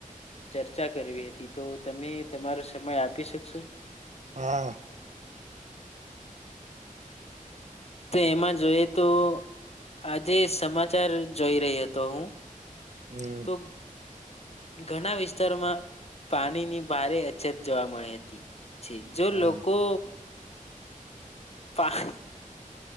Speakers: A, on the left (about 45°); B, on the right (about 55°).
A: ચર્ચા કરવી હતી તો તમે તમારો સમય આપી શકશો?
B: હા.
A: તો એમાં જોઈએ તો આજે સમાચાર જોઈ રહ્યો હતો હું.
B: હમ્મ.
A: તો ઘણા વિસ્તારોમાં પાણીની ભારે અછત જોવા મળી હતી. છે જો
B: હા
A: લોકો પા